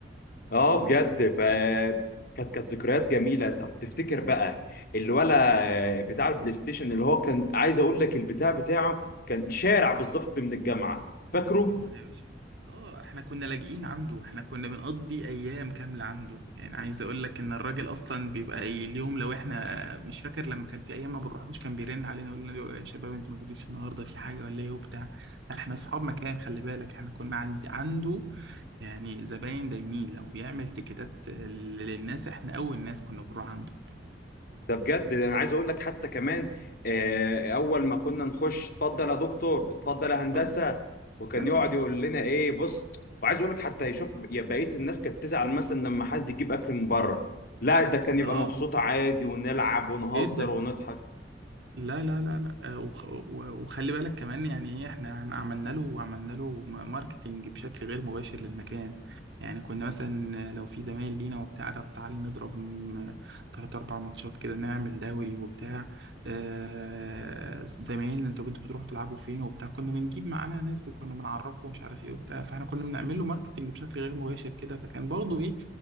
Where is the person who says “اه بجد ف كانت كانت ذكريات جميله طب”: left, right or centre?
Left